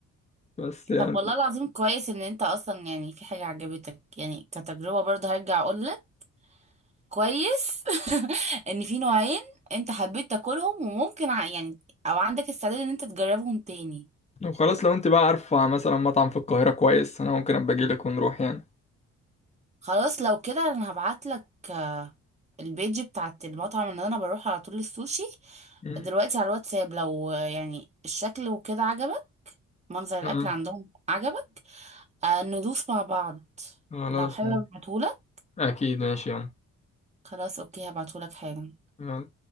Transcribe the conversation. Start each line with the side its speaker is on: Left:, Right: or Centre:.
Left: بس يعني
Right: طب والله العظيم كويس ان انت اصلا يعني في حاجه عجبتك يعني كتجربه برضه هرجع اقول لك كويس <laughs> ان في نوعين انت حبيت تاكلهم وممكن ع- يعني او عندك استعداد ان انت تجربهم تاني
Left: لو خلاص لو انت بقى عارفه مثلا مطعم في القاهره كويس انا ممكن ابقى اجي لك ونروح يعني
Right: خلاص لو كده انا هبعتلك آه، البيج بتاعت المطعم اللي انا بروح على طول السوشي
Left: مم،
Right: دلوقتي على الواتساب لو آه، يعني الشكل وكده عجبك منظر
Left: تمام
Right: الاكل عندهم عجبك آه، ندوس مع بعض
Left: خلاص
Right: لو حابب
Left: مم.
Right: ابعتهولك
Left: اكيد ماشي يلا
Right: خلاص اوكي هبعتهولك حالا
Left: يلا.